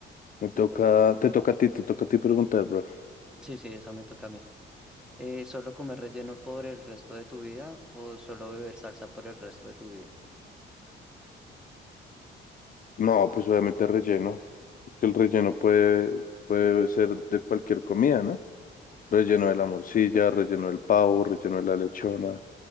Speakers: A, on the left (about 45°); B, in the centre.
A: me toca,
B: Dale.
A: te toca a ti, te toca a ti preguntar, bro.
B: Sí, sí, eso me toca a mí. Eh, ¿solo comer relleno por el resto de tu vida o solo beber salsa por el resto de tu vida?
A: No, pues obviamente relleno, porque el relleno puede, puede ser de cualquier comida, ¿no? Relleno de la morcilla, relleno del pavo, relleno de la lechona.